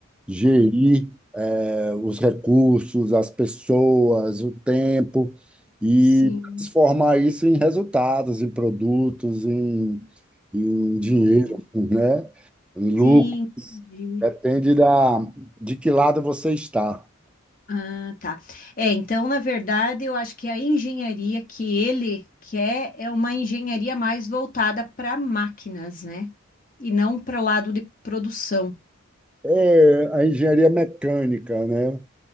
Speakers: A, in the centre; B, on the left.
A: gerir os recursos, as pessoas, o tempo, e
B: Sim.
A: transformar isso em resultados, em produtos, em, em dinheiro,
B: Ah,
A: né? Em lucro.
B: Sim, entendi.
A: Depende da, de que lado você está.
B: Ah, tá. É, então, na verdade, eu acho que a engenharia que ele quer é uma engenharia mais voltada para máquinas, né? E não para o lado de produção.
A: É, a engenharia mecânica, né?